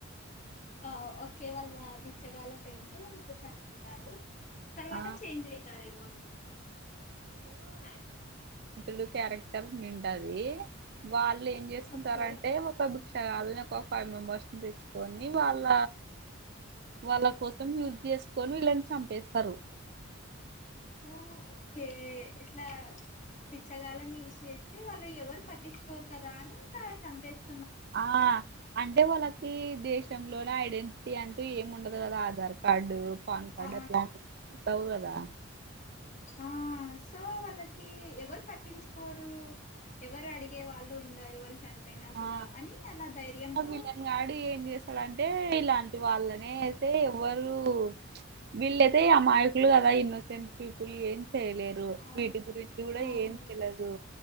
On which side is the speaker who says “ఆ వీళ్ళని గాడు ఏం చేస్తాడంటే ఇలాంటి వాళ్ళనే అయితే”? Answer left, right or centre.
Right